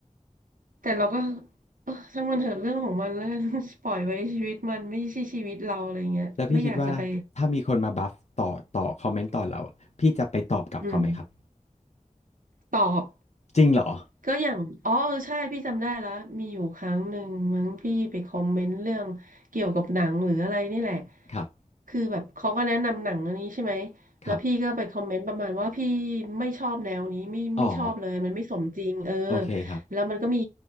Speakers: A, on the right (about 85°); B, on the left (about 55°).
A: แต่เราก็เออช่างมันเถอะเรื่องของมันแล้วกัน <laughs> ปล่อยไว้ชีวิตมันไม่ใช่ชีวิตเราอะไรเงี้ยไม่อยากจะไป
B: แล้วพี่คิดว่าถ้ามีคนมาบัฟต่อต่อคอมเมนต์ต่อเราอะพี่จะไปตอบกลับเขาไหมครับ
A: อืมตอบ
B: จริงเหรอ
A: ก็อย่างอ๋อเออใช่พี่จำได้แล้วมีอยู่ครั้งหนึ่งมั้งพี่ไปคอมเมนต์เรื่องเกี่ยวกับหนังหรืออะไรนี่แหละ
B: ครับ
A: คือแบบเขาก็แนะนำหนังอันนี้ใช่ไหมแล้วพี่ก็ไปคอมเมนต์ประมาณว่าพี่
B: ครับ
A: ไม่ชอบแนวนี้ไม่ไม่ชอบเลยมันไม่สมจริงเออ
B: อ๋อ โอเคครับ
A: แล้วมันก็มี